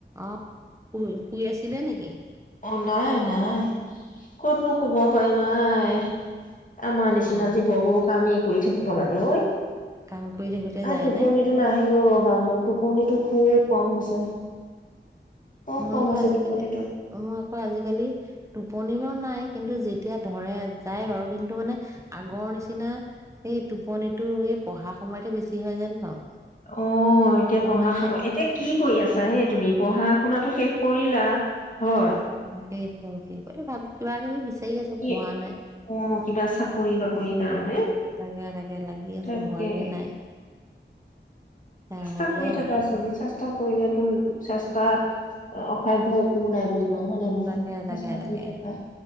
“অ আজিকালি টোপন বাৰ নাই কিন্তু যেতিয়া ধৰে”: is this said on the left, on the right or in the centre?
Right